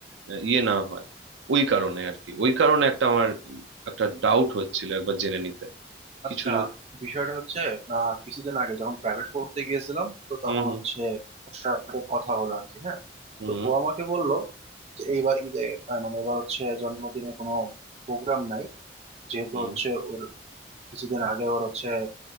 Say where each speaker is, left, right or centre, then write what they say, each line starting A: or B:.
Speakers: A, on the right; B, on the right.
A: আহ, ইয়ে না হয় ওই কারণে আর কি ওই কারণে একটা আমার একটা ডাউট হচ্ছিল একবার জেনে নিতে
B: আচ্ছা
A: কিছু যদি
B: বিষয়টা হচ্ছে আহ, কিছুদিন আগে যখন প্রাইভেট পড়তে গিয়েছিলাম তো তখন
A: হুম হুম
B: হচ্ছে ওর সাথে কথা হলো আর কি হ্যাঁ
A: হুম
B: তো ও আমাকে বলল যে এইবার ঈদে আহ, মানে এবার হচ্ছে জন্মদিনে কোনো প্রোগ্রাম নাই যেহেতু
A: হুম
B: হচ্ছে ওর কিছুদিন আগে ওর হচ্ছে